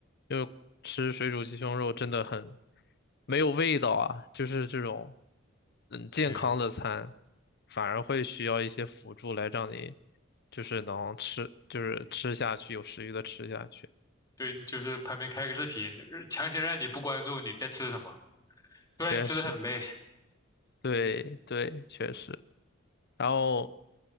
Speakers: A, on the left (about 55°); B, on the left (about 20°).
A: 因为吃水煮鸡胸肉真的很没有味道啊，就是这种嗯健康的餐，
B: 对
A: 反而会需要一些辅助来让你就是能吃，就是吃下去，有食欲的吃下去。
B: 对，你就是旁边开个视频，呃强行让你不关注你在吃什么，不然你吃的很累。
A: 确实，对对，确实。然后